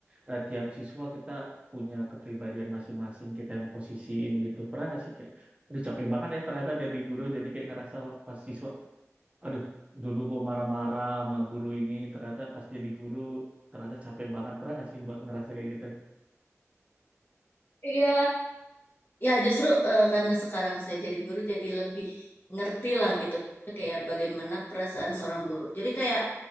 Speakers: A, on the right; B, on the left.
A: eh, tiap siswa kita punya kepribadian masing-masing kita yang posisiin gitu. Pernah nggak sih kayak, aduh capek banget ya ternyata dari guru jadi kayak ngerasa pas siswa, aduh dulu gue marah-marah sama guru ini ternyata pas jadi guru ternyata capek banget. Pernah nggak sih Mbak ngerasa kayak gitu?
B: Iya, Ya justru eh, karena sekarang saya jadi guru jadi lebih ngerti lah gitu kayak bagaimana perasaan seorang guru. Jadi kayak